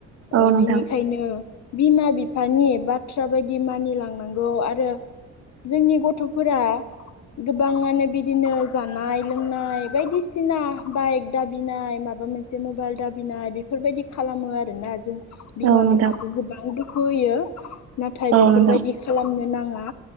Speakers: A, on the left; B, on the right.
A: ओह
B: औ
A: बिनिखायनो
B: नोंथां
A: बिमा बिफानि बाथ्रा बायदि मानिलांनांगौ आरो जोंनि गथ'फोरा गोबाङानो बिदिनो जानाय लोंनाय बायदिसिना बाइक दाबिनाय माबा मोनसे मबाइल दाबिनाय बेफोरबायदि खालामो आरोना जों बिमा
B: औ नोंथां
A: बिफाखौ गोबां दुखु होयो नाथाय बेफोरबायदि
B: औ नोंथां
A: खालामनो नां ङा